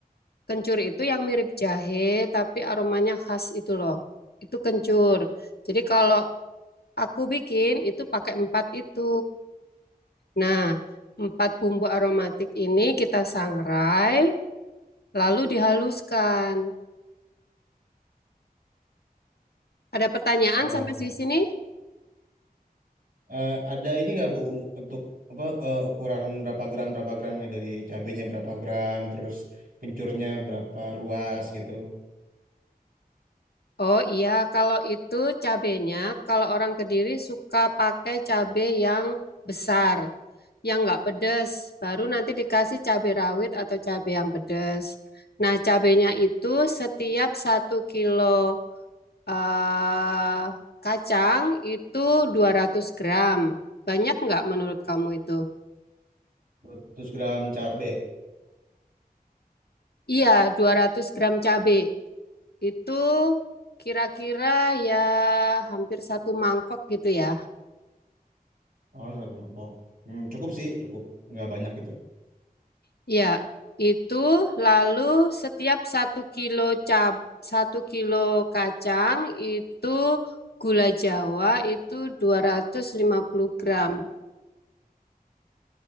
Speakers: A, on the left; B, on the right.
A: Kencur itu yang mirip jahe tapi aromanya khas itu loh. Itu kencur. Jadi kalau aku bikin itu pakai empat itu. Nah, empat bumbu aromatik ini kita sangrai lalu dihaluskan. Ada pertanyaan
B: oh
A: sampai di sini?
B: eh, ada ini nggak bu u- untuk apa eh, ukuran berapa gram berapa gram ya? dari cabenya berapa gram terus kencurnya berapa ruas gitu
A: Oh iya, kalau itu cabenya, kalau orang Kediri suka pakai cabe yang besar, yang nggak pedes, baru nanti dikasih cabe rawit atau cabe yang pedes. Nah, cabenya itu setiap satu kilo eh, kacang itu 200 gram. Banyak nggak menurut kamu itu?
B: 200 gram cabe
A: Iya, 200 gram cabe itu kira-kira ya hampir satu mangkok gitu ya.
B: Oh, satu mangkok. Hmm, cukup sih, cukup. Nggak banyak gitu.
A: Ya, itu lalu setiap satu kilo cab satu kilo kacang itu gula Jawa itu 250 gram.